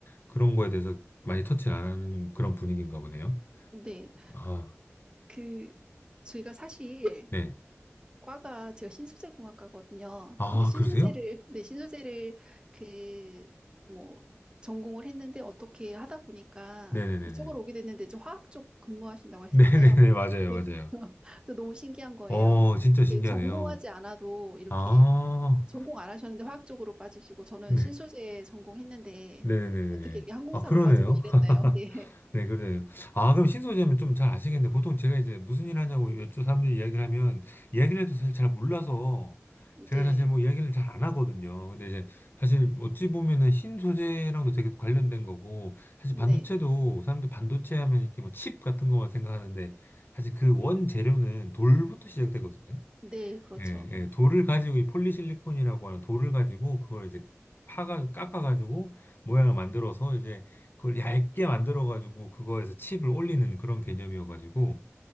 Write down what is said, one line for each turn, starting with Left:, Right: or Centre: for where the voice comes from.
Left: 그런 거에 대해서 많이 터치를 안 하는 그런 분위기인가 보네요.
Right: 근데
Left: 아,
Right: 그 저희가 사실
Left: 네.
Right: 과가 제가 신소재 공학과거든요.
Left: 아,
Right: 이제 신소재를
Left: 그러세요?
Right: 네, 신소재를 그 뭐 전공을 했는데 어떻게 하다 보니까
Left: 네네네네.
Right: 이쪽으로 오게 됐는데 이제 화학 쪽 근무하신다고
Left: <laughs>
Right: 하셨잖아요.
Left: 네네네, 맞아요,
Right: 네.
Left: 맞아요.
Right: <laughs> 그래서 너무 신기한 거예요.
Left: 어, 진짜 신기하네요.
Right: 이게 전공하지 않아도 이렇게
Left: 아,
Right: 전공 안 하셨는데 화학 쪽으로 빠지시고 저는
Left: 네.
Right: 신소재 전공했는데
Left: 네네네네.
Right: 어떻게 이렇게 항공사로
Left: 아, 그러네요.
Right: 빠지고 이랬나요?
Left: <laughs>
Right: 네.
Left: 네, 그래요. 아, 그럼 신소재면 좀 잘 아시겠네. 보통 제가 이제 무슨 일 하냐고 여쭈 사람들이 이야기를 하면, 이야기를 해도 사실 잘 몰라서, 제가
Right: 네.
Left: 사실 뭐 이야기를 잘 안 하거든요. 근데 이제 사실 어찌 보면은 신소재랑도 되게 관련된 거고, 사실
Right: 네.
Left: 반도체도 사람들 반도체 하면 이렇게 뭐 칩 같은 것만 생각하는데, 사실 그 원재료는 돌부터 시작되거든요.
Right: 네, 그렇죠.
Left: 예, 예, 돌을 가지고 이 폴리실리콘이라고 하는 돌을 가지고 그걸 이제 파가 깎아가지고 모양을 만들어서 이제 그걸 얇게 만들어가지고 그거에서 칩을 올리는 그런 개념이어가지고